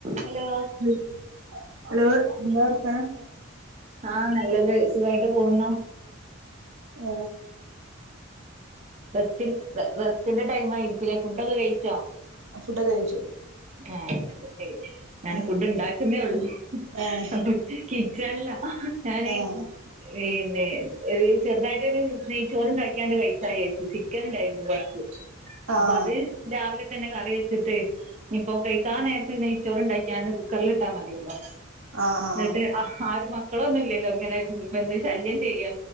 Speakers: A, on the right; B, on the right.
A: Hello
B: ഉം hello എന്താവർത്താനം
A: ആ നല്ലത് സുഖായിട്ട് പോകുന്നു
B: ആ
A: റസ്റ്റ്‌ റസ്റ്റിന്റെ ടൈം ആയിരിക്കൂല്ലേ ഫുഡൊക്കെ കഴിച്ചോ
B: ഫുടൊക്കെ കഴിച്ചു
A: ആഹ ശരി ഞാൻ
B: ആഹ്
A: ഫുഡ് ഉണ്ടാക്കുന്നേ ഉള്ളൂ
B: ഏഹ്
A: അപ്പൊ കിച്ചൺല്ല ഞാന്
B: ഏഹ്
A: പിന്നെ ഒരു ചെറുതായിട്ടൊരു നെയ്ച്ചോറണ്ടാക്കിയാണ്ട് കഴിച്ച ചിക്കൻണ്ടായിരുന്നു കുറച്ച്
B: ആഹ്
A: അപ്പൊ അത് രാവിലെ അപ്പൊത്തന്നെ കറി വെച്ചിട്ട് ഇപ്പൊ കൈകാ നേരത്തു നെയ്‌ച്ചോരുണ്ടാക്കിയണ്ട് കുക്കറിലിട്ടാൽ മതിയല്ലോ
B: ആഹ് ആഹ്
A: ന്നിട്ട്
B: ആഹ്
A: ആ ഒരു മക്കളൊന്നും ഇല്ലല്ലോ അങ്ങനെ ഇപ്പോ എന്നെ ശല്യം ചെയ്യാ